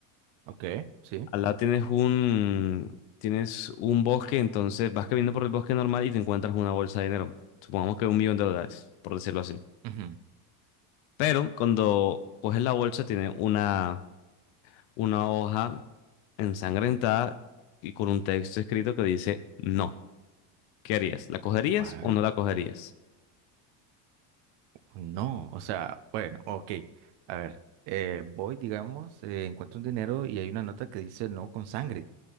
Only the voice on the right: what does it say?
Ok, sí.
Ujú.
Ah,
No, o sea, bueno, ok. A ver, eh, voy, digamos, eh, encuentro un dinero y hay una nota que dice no con sangre.